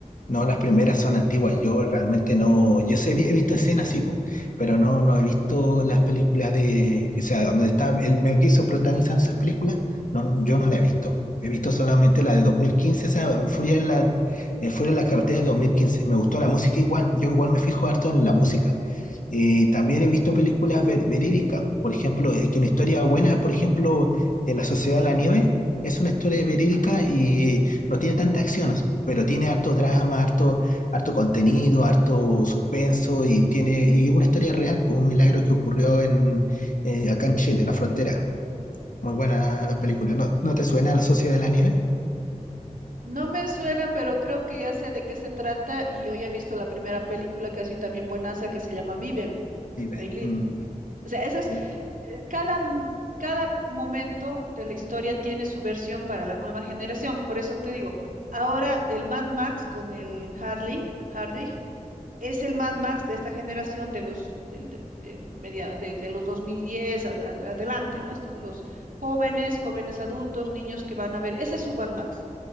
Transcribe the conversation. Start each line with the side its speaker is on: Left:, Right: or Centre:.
Left: No, las primeras son antiguas. Yo realmente no. Yo sé, he visto escenas, sí, po, pero no, no he visto las películas de. O sea, donde está el Mel Gibson protagonizando esas películas. No, yo no la he visto. He visto solamente la de dos mil quince o sea, Furia en la, eh, Furia en la carretera de dos mil quince Me gustó la música igual. Yo igual me fijo harto en la música. Eh, también he visto películas ver- verídicas. Por ejemplo, eh, que una historia buena, por ejemplo, eh, La Sociedad de la Nieve es una historia verídica y no tiene tantas acciones, pero tiene harto drama, harto, harto contenido, harto suspenso y tiene y una historia real, pues, un milagro que ocurrió en, eh, acá en Chile, en la frontera. Muy buena la película. ¿No, no te suena La Sociedad de la Nieve?
Right: No me suena, pero creo que ya sé de qué se trata y yo ya he visto la primera película que así también buenaza que se llama Viven,
Left: Sí, ve.
Right: They Live.
Left: Mm,
Right: O sea, esa es,
Left: ve.
Right: eh, cada, m- cada momento de la historia tiene su versión para la nueva generación. Por eso te digo, ahora el Mad Max con el Harley, Hardy, es el Mad Max de esta generación de los, del, de, del media- de, de los 2010 a- a- adelante, ¿no? Este, Los jóvenes, jóvenes adultos, niños que van a ver, ese es su Mad Max.